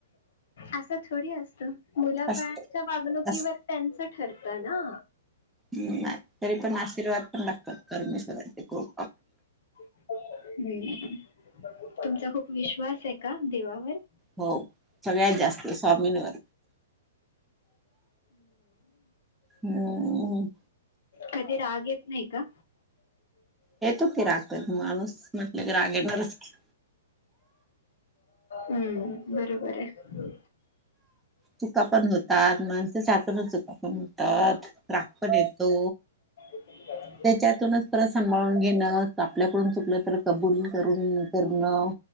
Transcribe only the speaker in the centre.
असत
अस
ह् नाही तरी पण आशीर्वाद पण लागतात परमेश्वराचे खूप
हो सगळ्यात जास्त स्वामींवर. होम.
येतो की राग कधी माणूस म्हटलं की राग येणारच की.
चुका पण होतात माणसच्या हातून चुका पण होतात. राग पण येतो.
त्याच्यातूनच परत सांभाळून घेणं आपल्याकडून चुकलं तर कबूल करून करणं.